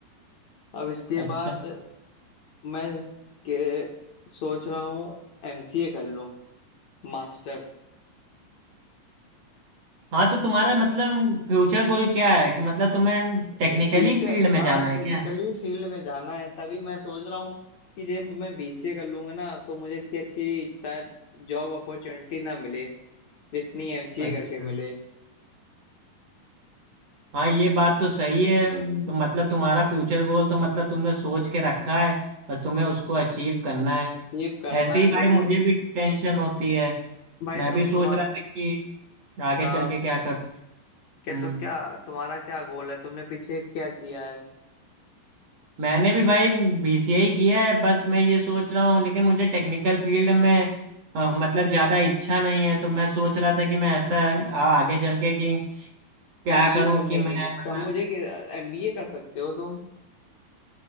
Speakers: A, on the left; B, on the right.
A: अब इसके
B: अच्छा
A: बाद मैं के सोच रहा हूँ एमसीए कर लूँ मास्टर्स
B: हाँ तो तुम्हारा मतलब फ्यूचर गोल क्या है कि मतलब तुम्हें
A: फ्यूचर
B: टेक्निकली फील्ड में
A: हाँ
B: जाना है
A: टेक्निकली
B: क्या
A: फील्ड में जाना है तभी मैं सोच रहा हूँ कि जब मैं बीसीए कर लूंगा ना तो मुझे इतनी अच्छी शायद जॉब अपॉर्चुनिटी ना मिले जितनी एमसीए
B: अच्छा
A: करके मिले
B: हाँ ये बात तो सही है तो मतलब तुम्हारा फ्यूचर गोल तो मतलब तुमने सोच के रखा है बस तुम्हें उसको अचीव करना है
A: अचीव करना
B: ऐसे ही
A: है
B: भाई
A: लेकिन
B: मुझे भी टेंशन होती है
A: भाई
B: मैं
A: तुम
B: भी सोच
A: तुम्हार
B: रहा था कि आगे
A: हाँ
B: चल के क्या करूँ
A: क्या
B: हम्म
A: तो क्या तुम्हारा क्या गोल है तुमने पीछे क्या किया है
B: मैंने भी भाई बीसीए ही किया है बस मैं ये सोच रहा हूँ लेकिन मुझे टेक्निकल फील्ड में अ, मतलब ज़्यादा इच्छा नहीं है तो मैं सोच रहा था कि मैं ऐसा आ- आगे चल के कि क्या
A: एमबीए
B: करूँ
A: करने
B: कि मैं
A: की
B: मतलब
A: तब मुझे एमबीए कर सकते हो तुम